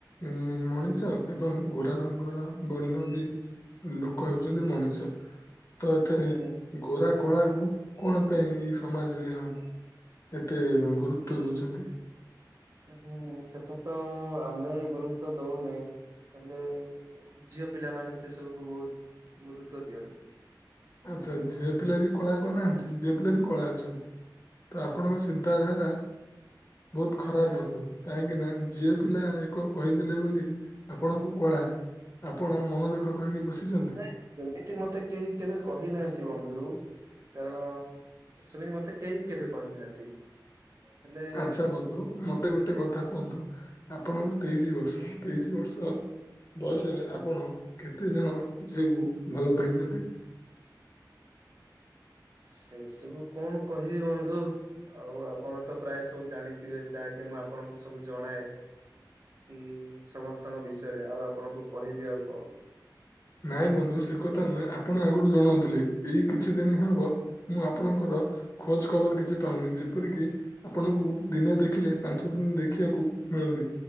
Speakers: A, on the left; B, on the right.
A: ଉଁ ମଣିଷ ଏବଂ ଗୋରା ରଙ୍ଗର ବର୍ଣ୍ଣବି ଲୋକ ହେଉଛନ୍ତି ମଣିଷ, ତ ଏଥିରେ
B: ହୁଁ
A: ଗୋରା କଳା କୁ କଣ ପାଇଁ ସମାଜରେ ଆ ଏତେ ଗୁରୁତ୍ୱ ଦଉଛନ୍ତି?
B: ହୁଁ ସେଟା ତ ଆମେ ଗୁରୁତ୍ୱ ଦଉନେ, ହେଲେ ଝିଅ ପିଲାମାନେ ସେ ସବୁକୁ ବହୁତ ଗୁରୁତ୍ଵ ଦିଅନ୍ତି।
A: ଆଚ୍ଛା ଝିଅ ପିଲା ବି କଳା କନାହାନ୍ତି? <unintelligible> ପିଲା ବି କଳା ଅଛନ୍ତି, ତ ଆପଣଙ୍କ ଚିନ୍ତାଧାରା ବହୁତ ଖରାପ
B: ହୁଁ
A: ବନ୍ଦୁ, କାହିଁକିନା ଝିଅ ପିଲା <unintelligible> କହିଦେଲେ ବୋଲି ଆପଣଙ୍କୁ କଳା, ଆପଣ ମନଦୁଃଖ କରିକି ବଶିଛନ୍ତି।
B: ନାଇଁ ସେମିତି ମତେ କେହି କେବେ କହିନାହାନ୍ତି ବନ୍ଧୁ କାରଣ, ସେମିତି ମତେ କେହି କେବେ କହିନାହାନ୍ତି। ହେଲେ
A: ଆଚ୍ଛା ବନ୍ଧୁ ମତେ ଗୋଟେ
B: ଟିକେ
A: କଥା କୁହନ୍ତୁ, ଆପଣଙ୍କୁ ତେଇଶି ବର୍ଷ <inaudible> ତେଇଶି
B: ହୁଁ
A: ବର୍ଷ। ବୟସରେ ଆପଣ କେତେଜଣ ଝିଅକୁ ଭଲ ପାଇଛନ୍ତି?
B: ସେ ସବୁ କଣ କହିବି ବନ୍ଧୁ? ଆଉ ଆପଣ ତ ପ୍ରାୟ ସବୁ ଜାଣିଥିବେ ଯାହାକି ମୁଁ ଆପଣଙ୍କୁ ସବୁ ଜଣାଏ। କି ସମସ୍ତଙ୍କ ବିଷୟରେ ଆଉ ଆପଣଙ୍କୁ କହିବି ଆଉ କଣ।
A: ନାଇଁ ବନ୍ଧୁ ସେ କଥା ନୁହେଁ ଆପଣ ଆଗରୁ ଜଣଉଥିଲେ ଏଇ କିଛି ଦିନ ହବ ମୁଁ ଆପଣଙ୍କର ଖୋଜ ଖବର କିଛି ପାଉନି, ଯେପରିକି ଆପଣଙ୍କୁ ଦିନେ ଦେଖିଲେ ପାଞ୍ଚ ଦିନ ଦେଖିଆକୁ ମିଳୁନି,